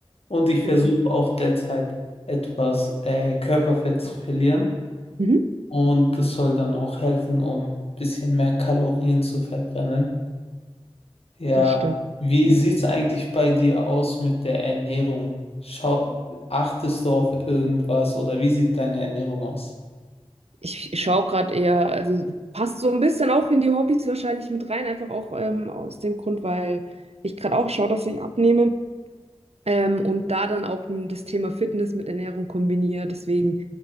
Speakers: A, on the left; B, on the right.
A: Und ich versuche
B: cool.
A: auch derzeit etwas äh, Körperfett zu verlieren
B: Mhm.
A: und das soll dann auch helfen, um ein bisschen mehr Kalorien zu verbrennen. Ja,
B: Das stimmt.
A: wie sieht es eigentlich bei dir aus mit der Ernährung? Schau, achtest du auf irgendwas oder wie sieht deine Ernährung aus?
B: Ich schaue gerade eher, also passt so ein bisschen auch in die Hobbys wahrscheinlich mit rein, einfach auch ähm, aus dem Grund, weil ich gerade auch schaue, dass ich abnehme. Ähm, und da dann auch m, das Thema Fitness mit Ernährung kombiniere. Deswegen,